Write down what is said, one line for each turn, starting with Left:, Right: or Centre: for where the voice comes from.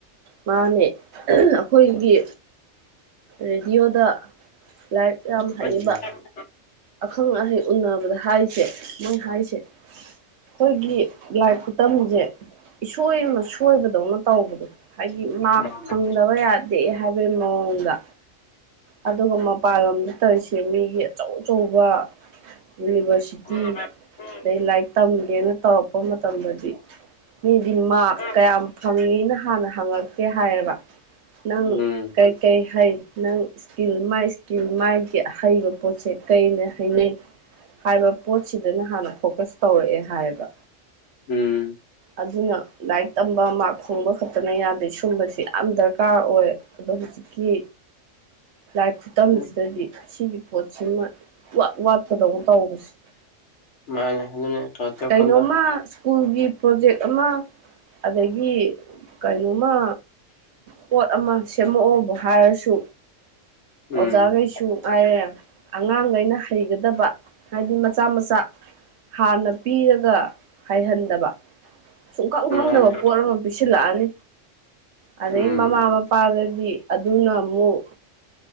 Right: ꯃꯥꯅꯦ ꯑꯈꯣꯏꯒꯤ ꯔꯦꯗꯤꯌꯣꯗ ꯂꯥꯏꯔꯤꯛ ꯌꯥꯝ
Left: ꯎꯝ
Right: ꯍꯩꯕ
Left: ꯎꯝ
Right: ꯑꯈꯪ ꯑꯍꯩ ꯎꯟꯅꯕꯗ ꯍꯥꯏꯔꯤꯁꯦ ꯃꯣꯏꯟ ꯍꯥꯏꯁꯦ ꯈꯣꯏꯒꯤ ꯂꯥꯏꯛ ꯈꯨꯇꯝꯁꯦ ꯏꯁꯣꯏ ꯑꯃ ꯁꯣꯏꯕꯗꯧꯅ ꯇꯧꯕꯗꯣ ꯍꯥꯏꯗꯤ ꯃꯥꯛ
Left: ꯃꯥꯅꯦ
Right: ꯐꯪꯗꯕ ꯌꯥꯗꯦ ꯍꯥꯏꯕꯩ ꯃꯑꯣꯡꯗ ꯑꯗꯨꯒ ꯃꯄꯥꯟ ꯂꯝꯗ ꯇꯧꯏꯁꯦ ꯃꯤꯒꯤ ꯑꯆꯧ ꯑꯆꯧꯕ ꯌꯨꯅꯤꯚꯔꯁꯤꯇꯤ
Left: ꯎꯝ ꯎꯝ
Right: ꯑꯗꯩ ꯂꯥꯏꯔꯤꯛ ꯇꯝꯒꯦꯅ ꯇꯧꯔꯛꯄ ꯃꯇꯝꯗꯗꯤ ꯃꯤꯗꯤ ꯃꯥꯛ
Left: ꯎꯝ
Right: ꯀꯌꯥꯝ ꯐꯪꯏꯅ ꯍꯥꯟꯅ ꯍꯪꯉꯛꯇꯦ ꯍꯥꯏꯌ‌ꯦꯕꯥ ꯅꯪ
Left: ꯎꯝ
Right: ꯀꯩ ꯀꯩ ꯍꯩ ꯅꯪ ꯏꯁꯀꯤꯜ ꯃꯥꯏ ꯏꯁꯀꯤꯜ ꯃꯥꯒꯤ ꯑꯍꯩꯕ ꯄꯣꯠꯁꯦ ꯀꯩꯅ ꯍꯩꯅꯩ ꯍꯥꯏꯕ ꯄꯣꯠꯁꯤꯗꯅ ꯍꯥꯟꯅ ꯐꯣꯀꯁ ꯇꯧꯔ‌ꯦꯑꯦ ꯍꯥꯏꯌꯦꯕ
Left: ꯎꯝ
Right: ꯑꯗꯨꯅ ꯂꯥꯏꯔꯤꯛ ꯇꯝꯕ ꯃꯥꯥꯛ ꯐꯪꯕ ꯈꯛꯇꯅ ꯌꯥꯗꯦ ꯁꯨꯝꯕꯁꯤ ꯌꯥꯝ ꯗꯔꯀꯥꯔ ꯑꯣꯏ ꯑꯗꯣ ꯍꯧꯖꯤꯛꯀꯤ ꯂꯥꯏꯔꯤꯛ ꯈꯨꯇꯝꯁꯤꯗꯗꯤ
Left: ꯑꯗꯨ
Right: ꯁꯤꯒꯤ ꯄꯣꯠꯁꯤꯃ ꯏꯋꯥꯠ ꯋꯥꯠꯄꯗꯧꯅ ꯇꯧꯕꯁꯦ
Left: ꯃꯥꯅꯦ ꯑꯗꯨꯅꯦ ꯀꯩꯅꯣ ꯇꯧꯔꯀꯥꯟꯗ
Right: ꯀꯩꯅꯣꯝꯃ ꯁ꯭ꯀꯨꯜꯒꯤ ꯄ꯭ꯔꯣꯖꯦꯛ ꯑꯃ ꯑꯗꯒꯤ ꯀꯩꯅꯣꯝꯃ ꯄꯣꯠ ꯑꯃ ꯁꯦꯝꯃꯛꯑꯣꯕꯨ ꯍꯥꯏꯔꯁꯨ
Left: ꯎꯝ
Right: ꯑꯣꯖꯥꯈꯩꯁꯨ ꯉꯥꯏꯔꯦ ꯑꯉꯥꯡꯈꯩꯅ ꯍꯩꯒꯗꯕ ꯍꯥꯏꯗꯤ ꯃꯆꯥ ꯃꯆꯥ ꯍꯥꯟꯅ ꯄꯤꯔꯒ ꯍꯩꯍꯟꯗꯕ ꯁꯨꯡꯈꯪ ꯈꯪꯗꯕ
Left: ꯃꯥꯅꯦ
Right: ꯄꯣꯠ ꯑꯃ ꯄꯤꯁꯤꯜꯂꯛꯑꯅꯤ ꯑꯗꯩꯩ
Left: ꯎꯝ
Right: ꯃꯃꯥ ꯃꯄꯥꯗꯗꯤ ꯑꯗꯨꯅ ꯑꯃꯨꯛ